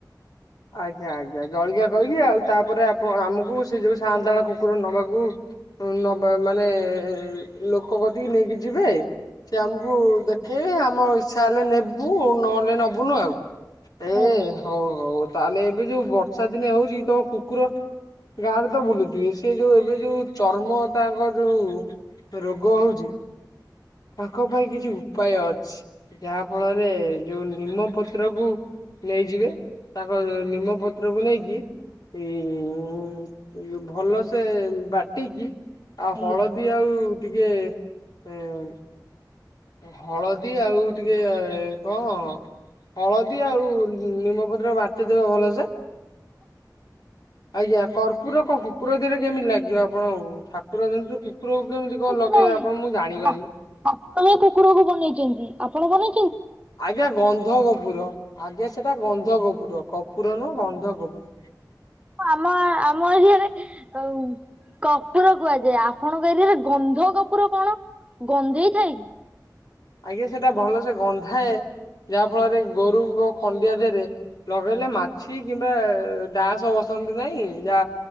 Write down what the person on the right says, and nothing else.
ଆଜ୍ଞା
ଆଜ୍ଞା
ଆଜ୍ଞା।
କିଛି
ନାହିଁ
ଠା ଠାକୁର ହିଁ କୁକୁରକୁ ବନେଇଚନ୍ତି। ଆପଣ ବନେଇ
ହଁ, ଆମ ଆମ ଏରିଆରେ ଅଉ କପୁର କୁହାଯାଏ। ଆପଣଙ୍କ ଏରିଆରେ ଗନ୍ଧକର୍ପୁର କଣ? ଗନ୍ଧେଇ ଥାଏ କି?